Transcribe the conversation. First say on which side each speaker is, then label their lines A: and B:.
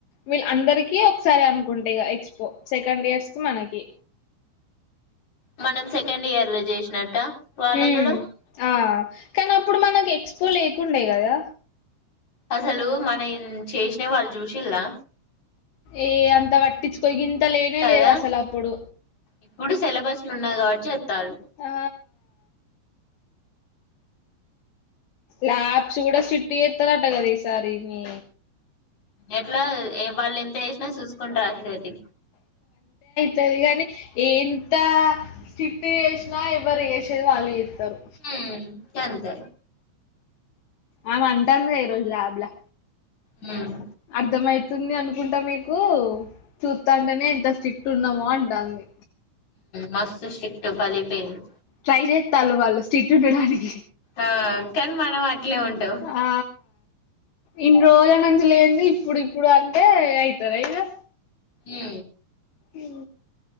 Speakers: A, on the left; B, on the left.
A: వీళ్ళ అందరి ఒకసారి అనుకుంటే ఎక్స్పో సెకండ్ ఇయర్స్ కి మనకి
B: మనం సెకండ్ ఇయర్ లో చేసినట్ట వాళ్ళ
A: హ్మ్
B: కూడా
A: ఆ కానీ అప్పుడు మనకు ఎక్స్పో లేకుండే కదా
B: అసలు మనం చేసిన వాళ్ళు చూసిల్లా
A: ఏ అంత పట్టించుకో ఇంత లేనే
B: కదా
A: లేదు అసలు అప్పుడు
B: ఇప్పుడు సిలబస్ లు ఉన్నది కాబట్టి చెస్తరు
A: ఆ ల్యాబ్స్ కూడా స్రిక్ట్ చేతరాటగ ఈసారి నీ
B: ఎట్లా ఏ వాళ్ళు ఎంత వేసినా చూసుకుంటా రాసుడే తీ
A: సరే గానీ ఎంత స్రిక్ట్ చేసినా ఎవరు వేసేది వాళ్ళు చెత్ అత్తరు
B: హ్మ్ గంతే
A: ఆమె అంటందిగా ఈ రోజు ల్యాబ్ లా
B: హ్మ్
A: అర్ధమై వస్తుంది అనుకుంటా మీకు చూస్తుంటేనే ఎంత స్ట్రిక్ట్ ఉన్నామో అంటాంది
B: మస్తు స్టిక్ట్ పగిలిపోయింది
A: ట్రేయ్ చెత్తల్లు వాళ్ళు స్టిక్ ఉండడానికి
B: ఆ కానీ మనం అట్లే ఉంటాం
A: ఆ ఇన్ని రోజుల నుంచి లేంది ఇప్పుడు ఇప్పుడు అంటే అయితారయిగా
B: ఉ
A: ఉ